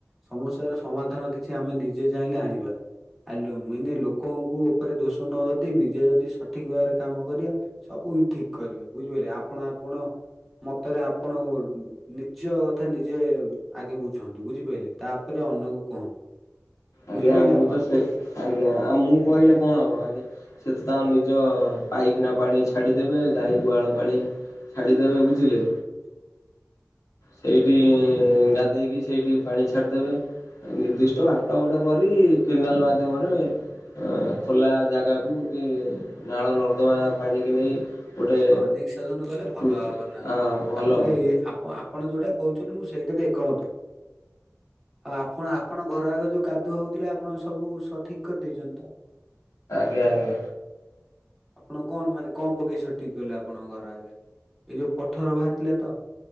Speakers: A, in the centre; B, on the left.
A: ସମସ୍ୟାର ସମାଧାନ କିଛି ଆମେ ନିଜେ ଚାହିଁଲେ ଆଣିବା। ଆ ଲୋ ମିନେ ଲୋକଙ୍କୁ ଉପରେ ଦୋଷ ନ ଯଦି ନିଜେ ଯଦି ସଠିକ ଭାବରେ କାମ କରିବା ସବୁ ହି ଠିକ କରିବା ବୁଝିପାରିଲେ ଆପଣ ଆପଣ ମତେରେ ଆପଣ ଉ ନିଜ କଥା ନିଜେ ଆଗେ ବୁଝନ୍ତୁ ବୁଝିପାଇଲେ ତାପରେ ଅନ୍ୟକୁ କୁହନ୍ତୁ। ବୁଝିପାରିଲେ
B: ଆଜ୍ଞା। ମୁଁ
A: ଆପଣ?
B: ତ ସେ, ଆଜ୍ଞା। ଆଉ ମୁଁ କହିଲେ କଣ ହବ ଆଜ୍ଞା। ସେତ ତାଙ୍କ ନିଜ ପାଇଖାନା ପାଣି ଛାଡ଼ିଦେବେ ଗାଈ ଗୁହାଳ ପାଣି ଛାଡ଼ିଦେବେ ବୁଝିଲେ। ସେଇଠି ଗାଧେଇକି ସେଇଠି ପାଣି ଛାଡିଦେବେ। ନିର୍ଦ୍ଦିଷ୍ଟ ବାଟ ଗୋଟେ କରି କେନାଲ ମାଧ୍ୟମରେ ଅ ଖୋଲା ଜାଗାକୁ
A: ହୁଁ
B: କି ନାଳ ନର୍ଦ୍ଦମା ପାଣିକି ନେଇ ଗୋଟେ
A: ହଁ ନିକସାଧନ କଲେ ଭଲ
B: କୃତି
A: ହବ ନା
B: ହଁ ଭଲ
A: ଆପଣ
B: ହୁଅନ୍ତା।
A: ଏଇ ଆପ୍ ଆପଣ ଯୋଉଟା କହୁଛନ୍ତି ମୁଁ ସେଇଥିରେ ଏକମତ। ଆଉ ଆପଣ ଆପଣ ଘର ଆଗ ଯୋଉ କାଦୁଅ ହଉଥିଲେ ଆପଣ ସବୁ ସଠିକ କରିଦେଇଛନ୍ତିତ
B: ଇୟା ଇୟା।
A: ଆପଣ କଣ ମାନେ କଣ ପକେଇ ସଠିକ କଲେ ଆପଣଙ୍କ ଘର ଆଗରେ। ଏଇ ଯୋଉ ପଥର ବାହାରିଥିଲା ତ।